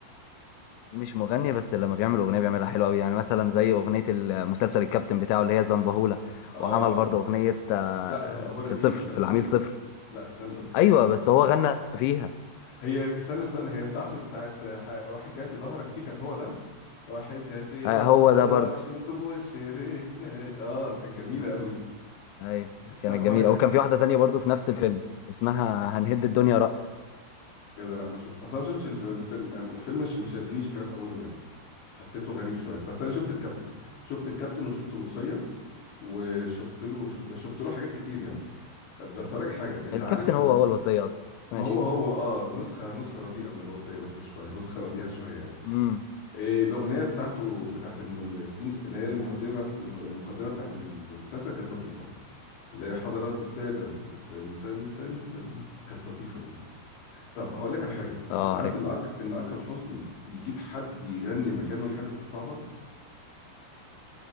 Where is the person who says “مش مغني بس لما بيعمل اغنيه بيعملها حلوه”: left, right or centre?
Left